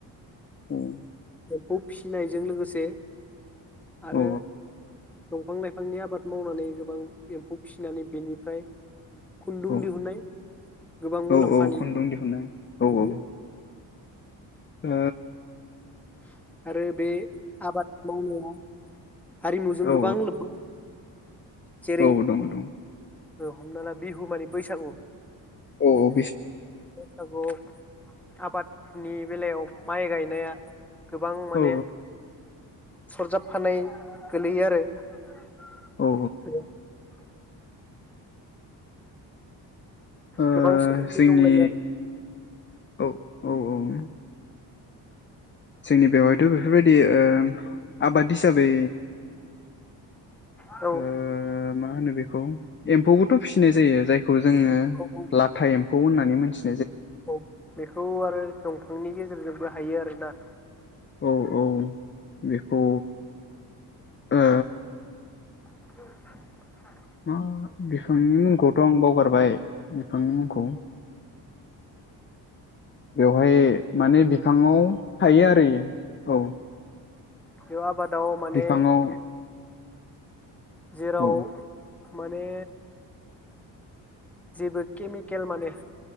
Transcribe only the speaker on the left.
<unintelligible>
औ
औ
औ औ औ खुन्दुं दिहुननाय औ
औ ओ
ओ औ
औ औ दङ दङ
औ
औ
औ
औ ओ
जोंनि
औ औ औ जोंनि बेवहायथ' बेफोरबायदि ओ आबाद हिसाबै
ओ <unintelligible>
एम्फौबोथ फिसिनाय जायो जाय खौ जोङो
लाथा एम खौ होननानै मोनथि
औ औ बेखौ ओ
मा बि नोंनि मुंखौथ' आं बावगारबाय। आंनि मुंखौ? बेवहाय माने बिफांङाव थायो आरो इयो औ।
बिफाङाव
औ